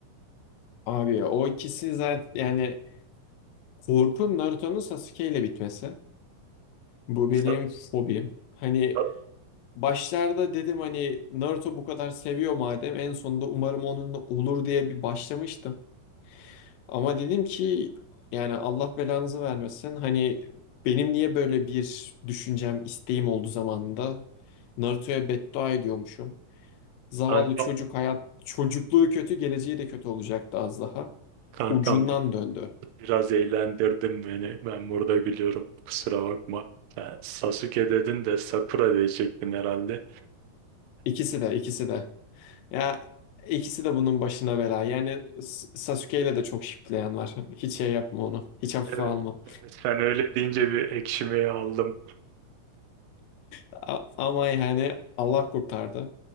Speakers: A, on the left; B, on the right.
A: Abi o ikisi zaten yani korkum Naruto'nun Sasuke ile bitmesi. Bu benim
B: Sa-
A: fobim. Hani
B: sa-
A: başlarda dedim hani Naruto bu kadar seviyor madem en sonunda umarım onunla olur diye bir başlamıştım. Ama dedim ki yani Allah belanızı vermesin. Hani benim niye böyle bir düşüncem, isteğim oldu zamanında. Naruto'ya beddua ediyormuşum. Zavallı
B: Kankam,
A: çocuk hayat, çocukluğu kötü, geleceği de kötü olacaktı az daha.
B: kankam
A: Ucundan döndü.
B: biraz eğlendirdin beni. Ben burada gülüyorum. Kusura bakma. Sen Sasuke dedin de Sakura diyecektin herhalde.
A: İkisi de, ikisi de. Ya ikisi de bunun başına bela. Yani S- Sasuke ile de çok şipleyen var. <laughs> Hiç şey yapma onu. Hiç hafife
B: Evet,
A: alma.
B: evet, sen öyle deyince bir ekşimeyi aldım.
A: A- ama yani Allah kurtardı.